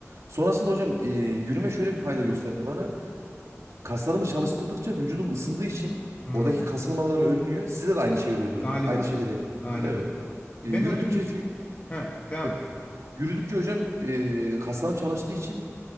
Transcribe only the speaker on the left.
Hmm.
Galiba.
Galiba.
Ben
o dönem
he, devam
et.